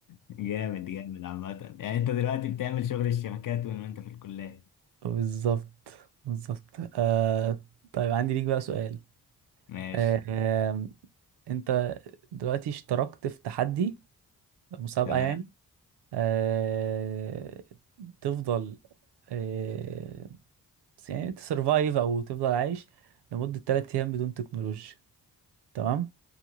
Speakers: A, on the left; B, on the right.
A: جامد جامد عامة يعني انت دلوقتي بتعمل شغل الشركات وانت في الكلية
B: بالظبط بالظبط آه طيب عندي ليك بقى سؤال
A: ماشي
B: آه انت دلوقتي اشتركت في تحدي مسابقة
A: تمام
B: يعني آه تفضل آه بس يعني تسرفايف او تفضل عايش لمدة 3 ايام بدون تكنولوجيا تمام